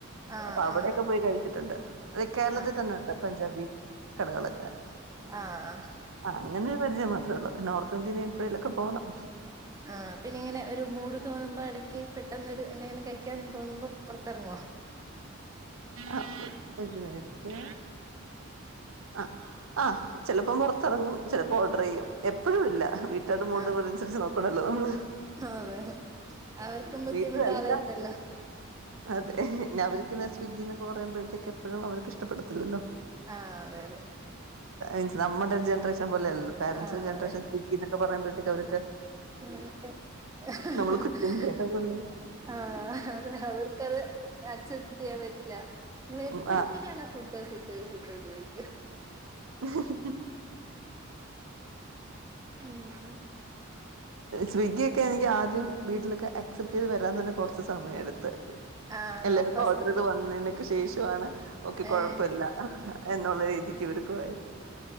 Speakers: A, on the right; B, on the right.
A: ആഹ്
B: അപ്പൊ അവിടെക്കെ
A: ആഹ്
B: പോയി കഴിച്ചിട്ടുണ്ട് അത് കേരളത്തിൽ
A: ആഹ്
B: തന്നെ ഉണ്ട് പഞ്ചാബി കടകള് <unintelligible>
A: ആഹ്
B: അങ്ങനെ ഒരു പരിജയം മാത്ര ള്ളു നോർത്ത് ഇന്ത്യനി പ്പെഴേലൊക്കെ പോണം
A: ആ പിന്നെ ഇങ്ങനെ ഒരു മൂട് തോന്നുമ്പോ എടക്ക് പെട്ടെന്നൊരു എന്തെങ്കിലും കഴിക്കാന്ന് തോന്നുമ്പോ പൊറത്തെറങ്ങോ?
B: ആ ഒരു മിനിറ്റേ ആ ആ ചെലപ്പം പൊറത്തെറങ്ങും ചെലപ്പോ ഓർഡറീയും എപ്പഴും ഇല്ല വീട്ടാരുടെ മൂടു
A: ആഹ്
B: കൂടി അനുസരിച്ച് നോക്കണല്ലോ നമ്മള്
A: അതെ അവർക്കും ബുദ്ധിമുട്ടാവരുതല്ലോ
B: വീട്ടില്ലെല്ലാ അതെ നാ ക്കുന്നേ സ്വിഗ്ഗിന്ന് പറയുമ്പഴത്തേക്കും എപ്പഴും അവർക്ക് ഇഷ്ടപ്പെടത്തില്ലോ
A: ആഹ് അതെ
B: ൻസ് നമ്മുടെ ജനറേഷൻ പോലെ അല്ലല്ലോ പേരെന്റ്സിന്റെ
A: അതെ
B: ജനറേഷൻ സ്വിഗ്ഗി എന്നൊക്കെ പറയുമ്പോഴത്തേക്കും അവര്
A: ആഹ് <unintelligible>
B: നമ്മൾ കുറ്റം ചെയ്ത പോലെ
A: ആഹ് അതെ അവർക്കത് ആക്സെപ്റ്റ് ചെയ്യാൻ പറ്റ് <unintelligible> ന്നെ എപ്ളും
B: ഉം,
A: അങ്ങനെയാണ് ഫുഡ് ഫുഡ് ന്തേലും ഫുഡ്‌ <unintelligible> ക്കാ
B: ആ
A: ഉം ഉം
B: സ്വിഗ്ഗിക്കെ അനിങ്കി ആദ്യം വീട്ടിലക്കെ ആക്സെപ്റ്റീത് വരാൻ തന്നെ കൊറച്ച് സമയെടു ത്ത്
A: ആണോ
B: എല്ലാരുക്കും
A: ഫസ്
B: ഓഡ്റീത് വന്നേനെ ക്ക് ശേഷാണ് ഓക്കെ കൊഴപ്പില്ല
A: ഏഹ്
B: എന്നുള്ള രീതിക്ക് ഇവര്ക്ക് <unintelligible>